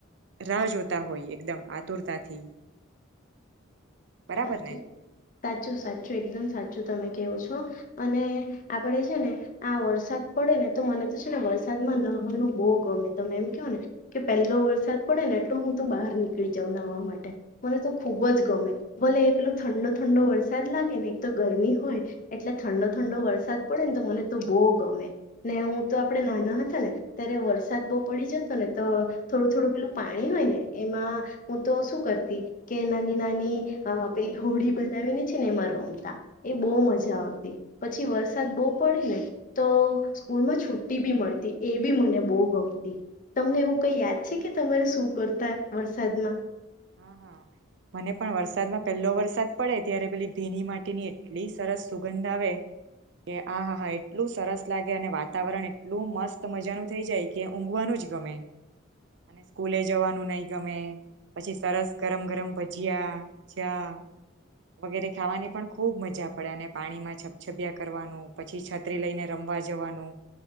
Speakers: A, on the right (about 60°); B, on the left (about 40°).
A: રાહ જોતા હોય એકદમ આતુરતાથી. બરાબર
B: સાચું
A: ને.
B: સાચું સાચું એકદમ સાચું તમે કેહો છો અને આપડે છે ને આ વરસાદ પડે ને તો મને તો છે ને વરસાદમાં નાહવાનું બહુ ગમે તમે એમ કયો ને કે પહેલો વરસાદ પડે ને એટલો હું તો બહાર નીકળી જાવ નાહવા માટે મને તો ખૂબ જ ગમે. ભલે એ પેલું ઠંડો ઠંડો વરસાદ લાગે ને એક તો ગરમી હોય એટલે ઠંડો-ઠંડો વરસાદ પડે ને તો મને તો બહુ ગમે ને હું તો આપડે નાના હતા ને ત્યારે વરસાદ બહુ પડી જતો ને તો થોડું થોડું પેલું પાણી હોય ને એમાં હું તો શું કરતી કે નાની-નાની અ પેલી હોડી બનાવીને છે ને એમાં રમતા એ બહુ મજા આવતી પછી વરસાદ બહુ પડે ને તો સ્કૂલમાં છુટ્ટી બી મળતી એ બી મને બહુ ગમતી તમને એવું કઈ યાદ છે કે તમારે શું કરતા વરસાદમાં.
A: હા હા મને પણ વરસાદમાં પહેલો વરસાદ પડે ત્યારે પેલી ભીની માટીની એટલી સરસ સુગંધ આવે કે આ હા એટલું સરસ લાગે અને વાતાવરણ એટલું મસ્ત મજાનું થઈ જાય કે ઊંઘવાનું જ ગમે અને સ્કૂલે જવાનું નહિ ગમે. પછી સરસ ગરમ ગરમ ભજીયા ચા વગેરે ખાવાની પણ ખૂબ મજા પડે અને પાણીમાં છપછપિયા કરવાનું પછી છત્રી લઈને રમવા જવાનું